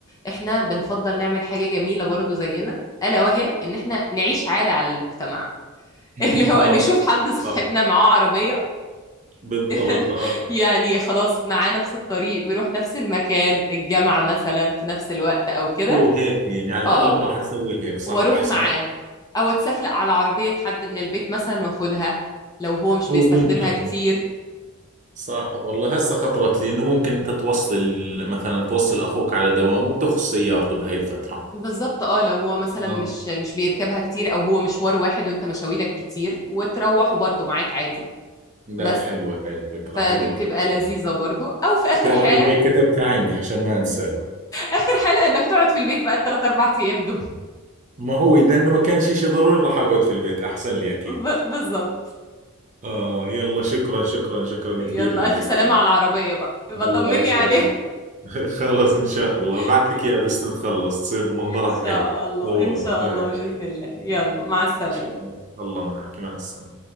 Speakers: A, on the left; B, on the right.
A: احنا بنفضل نعمل حاجة جميلة برضو زينا ألا وهي إن احنا نعيش عالة على المجتمع <laughs>
B: <laughs>
A: اللي هو
B: اه
A: نشوف حد صاحبنا
B: صح
A: معاه عربية
B: بالضبط
A: <laughs>
B: اه
A: يعني خلاص معاه نفس الطريق بيروح نفس المكان الجامعة مثلا في نفس الوقت أو كده
B: هو هيك يعني على الاغلب
A: اه
B: راح اسوي هيك صح
A: وأروح
B: احسن
A: معاه أو أتسفلق على عربية حد من البيت مثلا وأخدها لو هو مش
B: هو
A: بيستخدمها
B: ممكن
A: كتير
B: صح والله هسه خطرت لي انه ممكن انت توصل ال- مثلا توصل اخوك على دوامه وتاخذ سيارته بهاي الفتره
A: بالظبط اه لو هو مثلا
B: اه
A: مش مش بيركبها كتير أو هو مشوار واحد وأنت مشاويرك كتير وتروحوا برضو معاك عادي
B: لا
A: بس
B: حلوه هاي الفكره
A: فدي
B: حلوه
A: بتبقى
B: كثير
A: لذيذة
B: <laughs>
A: برضو أو في آخر
B: بتعرفي
A: حالة
B: هي كتبتها عندي عشان ما انساها
A: آخر حالة إنك تقعد في البيت بقى الثلاث أربع أيام دول
B: ما هو اذا انه ما كان شيء شيء ضروري راح اقعد في البيت احسن لي اكيد
A: ب... بالظبط
B: اه يلا شكرا شكرا شكرا
A: يلا
B: كثير لك
A: ألف سلامة على العربية بقى يبقى
B: الله
A: طمني
B: يسلمك
A: عليها
B: <laughs> خلاص ان شاء الله
A: <laughs>
B: بعت لك اياها بس نتخلص تصير منظرها
A: إن
B: حلو
A: شاء الله
B: صورها
A: إن شاء
B: ما
A: الله بإذن الله يلا مع السلامة
B: شاء الله الله معك مع السلامة